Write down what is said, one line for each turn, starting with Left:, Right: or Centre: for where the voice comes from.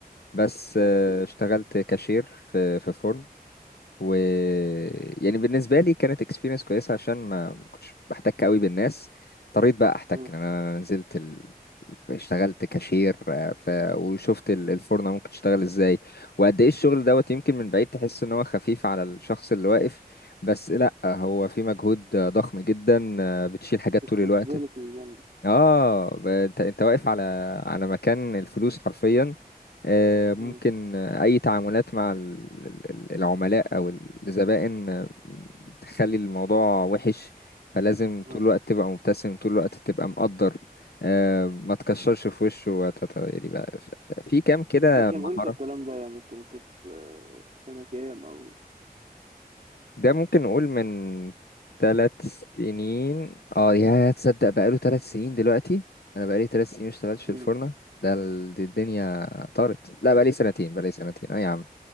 Left: بس
Right: اوكي
Left: آه، اشتغلت كاشير في في فورم و يعني بالنسبه لي كانت اكسبيرينس كويسه عشان ما ما كنتش بحتك قوي بالناس اضطريت بقى احتك
Right: مم.
Left: لان انا نزلت ال... اشتغلت كاشير آه، ف... وشفت ال- الفرنه ممكن تشتغل ازاي وقد ايه الشغل دوت يمكن من بعيد تحس ان هو خفيف على الشخص اللي واقف بس لا هو في مجهود آه، ضخم جدا آه، بتشيل حاجات طول الوقت
Right: responsibility جامدة
Left: اه ب- انت انت واقف على على مكان الفلوس حرفيا آه، ممكن
Right: مم.
Left: آه، أي تعاملات مع ال- ال- ال- العملاء أو الزبائن آه، تخلي الموضوع وحش فلازم
Right: مم.
Left: طول الوقت تبقى مبتسم طول الوقت تبقى مقدر آه، ما تكشرش في وشه وتت... يعني بقى ف- ف- في كام كده
Right: ده كان
Left: مهارة
Right: امتى الكلام ده يعني كنت في في سنة كام او
Left: ده ممكن نقول من ثلاث سنين اه يا تصدق بقاله ثلاث سنين دلوقتي انا بقالي ثلاث سنين مشتغلتش في
Right: مم.
Left: الفرنة ده ال- دي الدنيا طارت لا بقالي سنتين بقالي سنتين اه يا عم